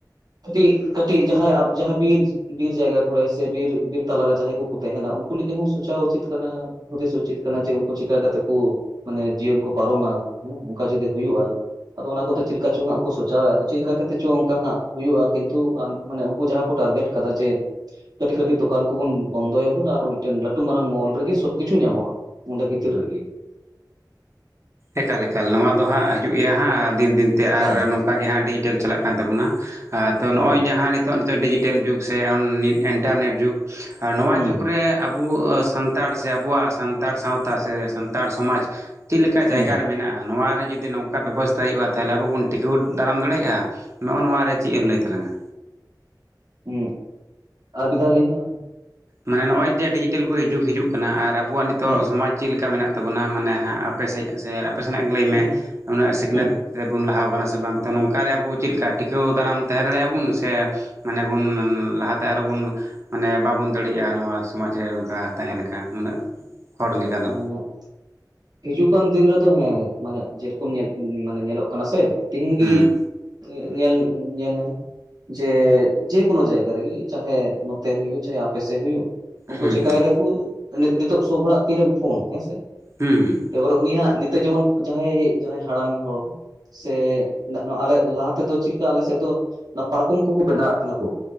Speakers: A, on the right (about 60°); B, on the right (about 40°).
A: ᱠᱟᱹᱴᱤᱡ, ᱠᱟᱹᱴᱤᱡ ᱡᱟᱦᱟᱸᱭ ᱡᱟᱦᱟᱸ ᱵᱤᱨ ᱵᱤᱨ ᱡᱟᱭᱜᱟ ᱠᱚᱼᱼ ᱠᱚᱨᱮ ᱥᱮ ᱵᱤᱨ ᱵᱤᱨ ᱛᱟᱞᱟ ᱨᱮ ᱡᱟᱦᱟᱸᱭ ᱠᱩᱠᱩ ᱛᱮᱦᱮᱱᱟ ᱩᱱᱠᱩ ᱞᱟᱹᱜᱤᱜ ᱦᱚᱸ ᱥᱩᱪᱟᱣ ᱩᱪᱤᱛ ᱠᱟᱱᱟᱼᱼ ᱦᱩᱫᱤᱥ ᱩᱪᱤᱛ ᱠᱟᱱᱟ ᱡᱮ ᱩᱱᱠᱩ ᱪᱤᱠᱟ ᱠᱟᱛᱮᱜ ᱠᱚ ᱢᱟᱱᱮ ᱡᱤᱭᱚᱱ ᱠᱚ ᱯᱟᱨᱚᱢᱟ, ᱦᱮᱸ ᱚᱱᱠᱟ ᱡᱩᱫᱤ ᱦᱩᱭᱩᱜ-ᱟᱼᱼ ᱟᱫᱚ ᱚᱱᱟ ᱠᱚᱛᱮ ᱪᱮᱜ ᱞᱮᱠᱟ ᱪᱚ ᱦᱟᱸᱜ ᱠᱚ ᱥᱚᱪᱟᱣᱮᱜ ᱟᱫᱚ ᱪᱮᱜ ᱞᱮᱠᱟ ᱠᱟᱛᱮᱜ ᱪᱚ ᱚᱱᱠᱟ ᱦᱟᱸᱜ ᱦᱩᱭᱩᱜ-ᱟ ᱠᱤᱱᱛᱩ ᱟᱸ ᱢᱟᱱᱮ ᱩᱱᱠᱩ ᱡᱟᱦᱟᱸ ᱠᱚ ᱴᱟᱨᱜᱮᱴᱼᱼ ᱠᱟᱫᱟ ‌ᱡᱮᱼᱼ ᱠᱟᱹᱴᱤᱡ ᱠᱟᱹᱴᱤᱡ ᱫᱚᱠᱟᱱ ᱠᱩᱵᱚᱞᱩᱱ ᱵᱚᱱ ᱵᱚᱱᱫᱚᱭᱟ ᱵᱩᱱ ᱟᱨ ᱢᱤᱫᱴᱮᱱ ᱞᱟᱹᱴᱩ ᱢᱟᱨᱟᱝ ᱢᱚᱞ ᱨᱮᱜᱮ ᱥᱚᱵᱽ ᱠᱤᱪᱷᱩ ᱧᱟᱢᱚᱜ-ᱟ᱾ ᱚᱱᱰᱮ ᱵᱷᱤᱛᱤᱨ ᱨᱮᱜᱮ᱾
B: ᱮᱠᱟᱞ ᱮᱠᱟᱞ ᱱᱚᱣᱟ ᱫᱚ ᱦᱟᱸᱜ ᱦᱟᱹᱡᱩᱜ ᱜᱮᱭᱟ ᱦᱟᱸᱜ ᱫᱤᱱ ᱫᱤᱱ ᱛᱮ
A: ᱦᱮᱸ
B: ᱟᱨ ᱱᱚᱝ ᱚᱝᱠᱟ ᱜᱮ ᱦᱟᱸᱜ ᱰᱤᱡᱤᱴᱮᱞ ᱪᱟᱞᱟᱜ ᱠᱟᱱ ᱛᱟᱵᱚᱱᱟ ᱦᱟᱸᱜ ᱛᱚ ᱱᱚᱜ-ᱚᱭ
A: ᱦᱳᱭ
B: ᱡᱟᱦᱟᱸ ᱱᱤᱛ ᱱᱤᱛᱚᱜ ᱱᱤᱛᱚᱜ ᱰᱤᱡᱤᱴᱮᱞ ᱡᱩᱜᱽ ᱥᱮ ᱚᱱ ᱱᱤ ᱤᱱᱴᱟᱨᱱᱮᱴ ᱡᱩᱜᱽ ᱟ ᱱᱚᱣᱟ
A: ᱦᱩᱸ
B: ᱡᱩᱜᱽ ᱨᱮ ᱟᱵᱩ ᱥᱟᱱ ᱛᱟᱲ ᱥᱮ ᱟᱵᱚᱣᱟᱜ ᱥᱟᱱᱛᱟᱲ ᱥᱟᱶᱛᱟ ᱥᱮ ᱥᱟᱱᱛᱟᱲ ᱥᱚᱢᱟᱡᱽᱼᱼ ᱠᱟ ᱡᱟᱭᱜᱟ
A: ᱦᱩᱸ
B: ᱨᱮ ᱢᱮᱱᱟᱜ-ᱟ ᱱᱚᱣᱟ ᱨᱮ ᱡᱩᱫᱤ ᱱᱚᱝᱼᱼ ᱚᱠᱟ ᱵᱮᱵᱚᱥᱛᱟ ᱦᱩᱭᱩᱜᱼᱟ ᱛᱟᱦᱚᱞᱮ ᱟᱵᱚ ᱵᱚᱱ ᱴᱤᱠᱟᱹᱣ ᱫᱟᱲᱟᱢ ᱫᱟᱲᱮᱭᱟᱜᱼᱟ ᱱᱚᱜᱼᱚ ᱱᱚᱣᱟᱨᱮ ᱪᱮᱜ ᱮᱢ ᱞᱟᱹᱭ ᱛᱟᱞᱟᱝᱟ?
A: ᱦᱩᱸ ᱟᱨ ᱵᱤᱫ ᱫᱷᱟᱣ ᱞᱮᱭᱢᱮ᱾
B: ᱢᱟᱱᱮ ᱱᱚᱜᱼᱚᱭ ᱡᱮ ᱰᱤᱡᱤᱴᱮᱞ ᱠᱚ ᱡᱩᱜᱽ ᱦᱤᱡᱩᱜ ᱠᱟᱱᱟ ᱟᱨ ᱟᱵᱚᱣᱟᱜ ᱱᱤᱛᱚᱜ
A: ᱦᱮᱸ ᱦᱮᱸ
B: ᱥᱚᱢᱟᱡᱽ ᱪᱤᱫ ᱞᱮᱠᱟ ᱢᱮᱱᱟᱜ ᱛᱟᱵᱚᱱᱟ ᱢᱟᱱᱮ ᱦᱟᱸᱜ ᱟᱯᱮᱥᱮᱡ ᱥᱮ ᱟᱯᱮ ᱥᱮᱱᱟᱜ ᱜᱮ ᱞᱟᱹᱭᱢᱮ
A: ᱦᱩᱸ ᱦᱩᱸ
B: ᱩᱱᱟᱹᱜ ᱥᱤᱠᱷᱱᱟᱹᱛ
A: ᱦᱩᱸ
B: ᱨᱮ ᱵᱚᱱ ᱞᱟᱦᱟᱣ ᱠᱟᱱᱟ ᱥᱮ ᱵᱟᱝ ᱱᱚᱝᱠᱟᱨᱮ ᱟᱵᱚ ᱪᱮᱜᱞᱮᱠᱟ ᱴᱤᱠᱟᱹᱣ ᱫᱟᱨᱟᱢ ᱛᱮᱦᱮᱸ ᱫᱟᱲᱮᱭᱟᱜ ᱟᱵᱚᱱ ᱥᱮ ᱢᱟᱱᱮ ᱵᱚᱱ ᱞᱟᱦᱟᱛᱮ ᱟᱨ ᱵᱚᱱ ᱢᱟᱱᱮ ᱵᱟᱵᱚᱱ ᱫᱟᱲᱮᱜᱼᱟ ᱱᱚᱣᱟ ᱥᱚᱢᱟᱡᱽ ᱨᱮ ᱱᱚᱝᱠᱟ ᱛᱟᱦᱮᱸ ᱞᱮᱠᱟ ᱱᱩᱱᱟᱹᱜ ᱦᱚᱲ ᱞᱮᱠᱟ ᱫᱚ᱾
A: <unintelligible> ᱦᱤᱡᱩᱜ ᱠᱟᱱ ᱫᱤᱱ ᱨᱮᱫᱚ ᱦᱮᱸ ᱢᱟᱱᱮ ᱡᱮᱨᱚᱠᱚᱢ ᱧᱮᱞ ᱢᱟᱱᱮ ᱧᱮᱞᱚᱜ ᱠᱟᱱᱟ ᱥᱮ, ᱛᱤᱦᱤᱧ ᱜᱤ
B: ᱦᱩᱸ
A: ᱧᱮᱞ ᱧᱮᱞᱟᱢ᱾ ᱡᱮ ᱡᱮᱠᱳᱱᱳ ᱡᱟᱭᱜᱟ ᱨᱮᱜᱤ ᱪᱟᱦᱟᱭᱮ ᱱᱚᱛᱮ ᱦᱩᱭᱩᱜ ᱪᱟᱦᱮ ᱟᱯᱮᱥᱮ ᱦᱩᱭᱩᱜ᱾ ᱩᱱᱠᱩ
B: ᱦᱩᱸ
A: ᱪᱮᱠᱟᱭ
B: ᱦᱩᱸ
A: ᱫᱟᱠᱩ ᱱᱤᱛ ᱱᱤᱛᱚᱜ ᱥᱳᱵᱽ ᱦᱚᱲᱟᱜ ᱛᱤᱨᱮ ᱯᱷᱳᱱ ᱦᱮᱸᱥᱮ᱾
B: ᱦᱩᱸ ᱦᱩᱸ᱾
A: ᱮᱵᱟᱨᱮ ᱩᱱᱤ ᱦᱟᱸᱜ ᱱᱤᱛᱚᱜ ᱡᱮᱢᱚᱱ ᱡᱟᱦᱟᱸᱭ ᱡᱟᱦᱟᱸᱭ ᱦᱟᱲᱟᱢ ᱦᱚᱲ ᱥᱮ ᱟᱞᱮ ᱞᱟᱦᱟ ᱛᱮᱫᱚ ᱪᱤᱞᱠᱟ ᱟᱞᱮᱥᱮᱜ ᱫᱚ ᱱᱟ ᱯᱟᱨᱠᱚᱢ ᱠᱚᱠᱚ ᱵᱮᱱᱟᱣᱮᱫ ᱛᱟᱦᱮᱱᱟ ᱠᱚ᱾